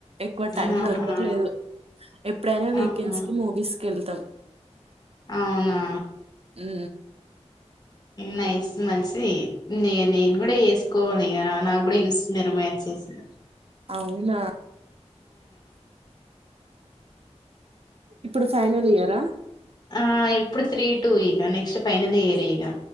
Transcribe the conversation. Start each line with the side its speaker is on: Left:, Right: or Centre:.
Right: ఎక్కువ టైం
Left: ఆహా
Right: దొరకట్లేదు ఎప్పుడైనా వీకెండ్స్
Left: అవునా
Right: కి మూవీస్ క వెళ్తాం
Left: అవునా
Right: ఆ
Left: నైస్ మంచి న నేను కూడా వేసుకోవాలి నాకు కూడా చూస్తు నిర్మచ్చేసి
Right: అవునా ఇప్పుడు ఫైనల్ ఇయరా
Left: ఆ ఇప్పుడు త్రీ టూ ఇక నెక్స్ట్ ఫైనలీ ఇయర్ ఇగా